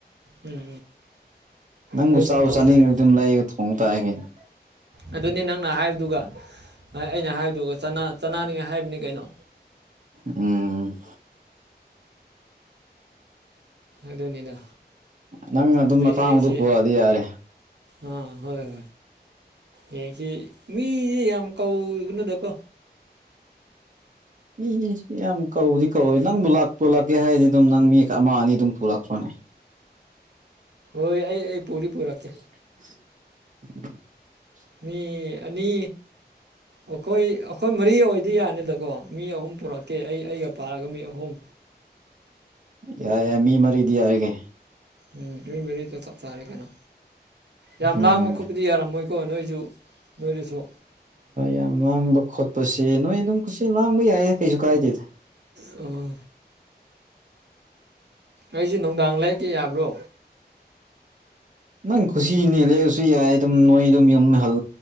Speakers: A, on the right; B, on the right.
A: ꯎꯝ ꯎꯝ
B: ꯅꯪꯕꯨ
A: ꯑꯗꯨ ꯑꯗꯨꯝ
B: ꯆꯥꯕꯨ
A: ꯇꯧꯁꯤ
B: ꯆꯥꯅꯤꯡꯔꯗꯤ
A: ꯀꯩꯅꯣ
B: ꯑꯗꯨꯝ ꯂꯩꯒ ꯊꯣꯡ ꯇꯥ ꯀꯩꯅꯣ
A: ꯑꯗꯨꯅꯤ ꯅꯪꯅ ꯍꯥꯏꯕꯗꯨꯒ ꯑꯩꯅ ꯍꯥꯏꯕꯗꯨꯒ ꯆꯥꯅꯥ ꯆꯅꯤꯡꯉꯥꯏ ꯍꯥꯏꯕꯅꯤ ꯀꯩꯅꯣ
B: ꯎꯝ
A: ꯑꯗꯨꯅꯤꯗ
B: ꯅꯪꯅ ꯑꯗꯨꯝ
A: ꯑꯗꯨꯗ
B: ꯑꯇꯥꯡꯕꯗꯨ
A: ꯍꯌꯦꯡꯁꯤ
B: ꯄꯨꯔꯗꯤ ꯌꯥꯔꯦ
A: ꯑꯥ ꯍꯣꯏ ꯍꯣꯏ ꯌꯦꯡꯁꯤ ꯃꯤꯁꯦ ꯌꯥꯝ ꯀꯧꯒꯅꯗꯀꯣ
B: ꯃꯤ ꯃꯤꯌꯥꯝ ꯀꯧꯗꯤ ꯀꯧꯋꯏ ꯅꯪꯕꯨ ꯂꯥꯛ ꯄꯨꯂꯛꯀꯦ ꯍꯥꯏꯔꯗꯤ ꯑꯗꯨꯝ ꯅꯪ ꯃꯤ ꯑꯃ ꯑꯅꯤ ꯑꯗꯨꯝ ꯄꯨꯔꯛꯈ꯭ꯔꯣꯅꯦ
A: ꯍꯣꯏ ꯑꯩ ꯑꯩ ꯄꯨꯗꯤ ꯄꯨꯔꯛꯀꯦ
B: ꯎꯝ
A: ꯃꯤ ꯑꯅꯤ ꯑꯩꯈꯣꯏ ꯑꯩꯈꯣꯏ ꯃꯔꯤ ꯑꯣꯏꯗꯤ ꯌꯥꯅꯤꯗꯀꯣ ꯃꯤ ꯑꯍꯨꯝ ꯄꯨꯔꯛꯇꯦ ꯑꯩ ꯑꯩꯒ ꯄꯥꯔꯒ ꯃꯤ ꯑꯍꯨꯝ
B: ꯌꯥꯏ ꯌꯥꯏ ꯃꯤ ꯃꯔꯤꯗꯤ ꯌꯥꯔꯒꯦ
A: ꯎꯝ ꯃꯔꯤꯗ ꯁꯞ ꯇꯥꯔꯦ ꯀꯅ ꯌꯥꯝ
B: ꯎꯝ
A: ꯂꯥꯡꯕ ꯈꯣꯠꯄꯗꯤ ꯌꯥꯔꯝꯃꯣꯏꯀꯣ ꯅꯣꯏꯁꯨ ꯅꯣꯏꯗꯨꯁꯨ
B: ꯌꯥꯝ ꯂꯥꯡꯕ ꯈꯣꯠꯄꯁꯦ ꯅꯣꯏ ꯑꯗꯨꯝ ꯈꯨꯠꯁ ꯂꯥꯡꯕ ꯌꯥꯏꯌꯦ ꯀꯩꯁꯨ ꯀꯥꯏꯗꯦꯗ
A: ꯑꯣ ꯑꯩꯁꯦ ꯅꯨꯡꯗꯥꯡ ꯂꯩꯦꯛꯛꯀꯤꯦ ꯌꯥꯕ꯭ꯔꯣ
B: ꯅꯪ ꯈꯨꯁꯤꯅꯦ ꯂꯩꯔꯁꯨ ꯌꯥꯏ ꯑꯗꯨꯝ ꯅꯣꯏ ꯑꯗꯨꯝ ꯌꯨꯝ ꯑꯍꯜ